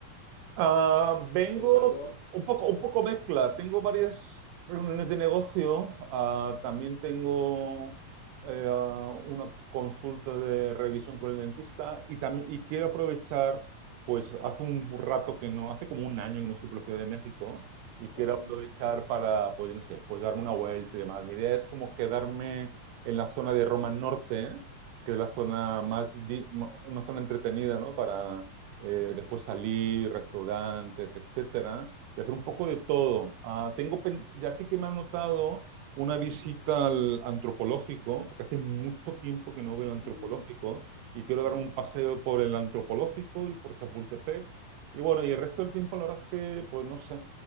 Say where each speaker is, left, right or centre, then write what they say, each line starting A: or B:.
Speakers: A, on the right; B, on the left.
A: Ah, vengo
B: el calor?
A: un poco, un poco mezcla. Tengo varias reuniones de negocio. Ah, también tengo eh, ah, una consulta de revisión con el dentista y también y quiero aprovechar, pues hace un rato que no, hace como un año que no estoy por la Ciudad de México
B: <laughs>
A: y quiero
B: órale,
A: aprovechar
B: ajá.
A: para, pues yo no sé, pues darme una vuelta y demás. Mi idea es como quedarme en la zona de Roma Norte, que es la zona más, di- mo- una zona entretenida, ¿no? eh, después salir, restaurantes, etcétera, y hacer un poco de todo. Ah, tengo, pen- ya sí que me ha notado una visita al antropológico, porque hace mucho tiempo que no veo el
B: Mm,
A: antropológico, y quiero
B: claro.
A: darme un paseo por el antropológico y por Chapultepec. Y bueno, y el resto del tiempo, la verdad es que, pues no sé.